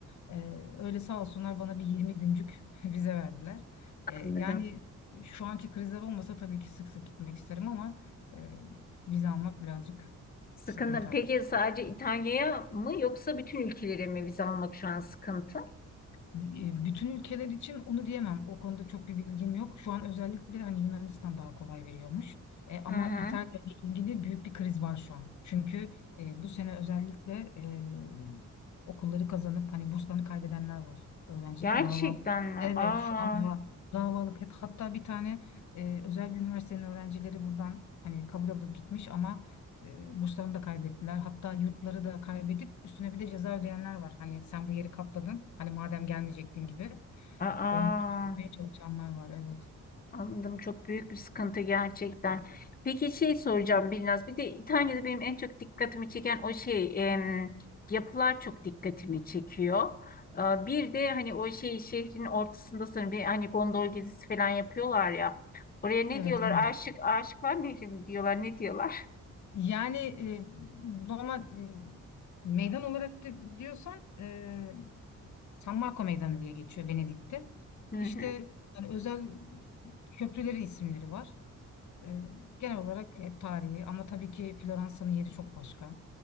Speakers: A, on the left; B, on the left.
A: E, öyle sağ olsunlar bana bir 20 güncük <laughs> vize verdiler. E,
B: anladım.
A: yani şu anki krizler olmasa tabii ki sık sık gitmek isterim ama... e, Vize almak birazcık
B: Sıkıntı.
A: sıkıntı artık.
B: Peki sadece İtalya'ya mı yoksa bütün ülkelere mi vize almak şu an sıkıntı?
A: E, Bütün ülkeler için onu diyemem. O konuda çok bir bilgim yok. Şu an özellikle hani Yunanistan daha kolay veriyormuş. E, ama
B: Hı hı.
A: İtalya ile ilgili büyük bir kriz var şu an. Çünkü e, bu sene özellikle e, okulları kazanıp hani burslarını kaybedenler var. Öğrenciler
B: Gerçekten
A: dava.
B: mi?
A: Evet
B: Aa,
A: şu an daha davalık. Hat- Hatta bir tane e, özel bir üniversitenin öğrencileri buradan hani kabul alıp gitmiş ama E, burslarını da kaybettiler. Hatta yurtları da kaybedip üstüne bir de ceza ödeyenler var. Hani sen bu yeri kapladın. Hani madem gelmeyecektin gibi.
B: aa,
A: Onları çözmeye çalışanlar var. Evet.
B: anladım. Çok büyük bir sıkıntı gerçekten. Peki şey soracağım Bilnaz. Bir de İtalya'da benim en çok dikkatimi çeken o şey em, yapılar çok dikkatimi çekiyor. Aa, bir de hani o şey şehrin ortasında sanırım bir hani gondol gezisi falan yapıyorlar ya. Oraya ne
A: Evet.
B: diyorlar?
A: Ben.
B: Aşık Aşıklar Nehri mi diyorlar? Ne diyorlar?
A: Yani e, normal e, meydan olarak di- diyorsan e, San Marco Meydanı diye geçiyor Venedik'te.
B: <laughs> Hı
A: İşte
B: hı.
A: yani özel köprülerin isimleri var. E, genel olarak hep tarihi ama tabii ki Floransa'nın yeri çok başka.